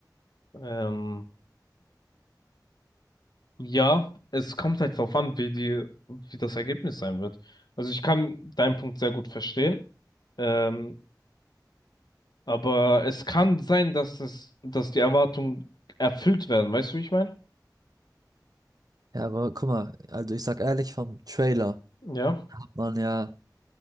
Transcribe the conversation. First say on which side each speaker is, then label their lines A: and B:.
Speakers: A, on the left (about 65°); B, on the right (about 55°).
A: ähm, Ja, es kommt halt darauf an, wie die, wie das Ergebnis sein wird. Also ich kann deinen Punkt sehr gut verstehen, ähm, aber es kann sein, dass es, dass die Erwartungen erfüllt werden. Weißt du, wie ich meine?
B: Ja, aber guck mal, also ich sag ehrlich, vom Trailer
A: Ja.
B: hat man ja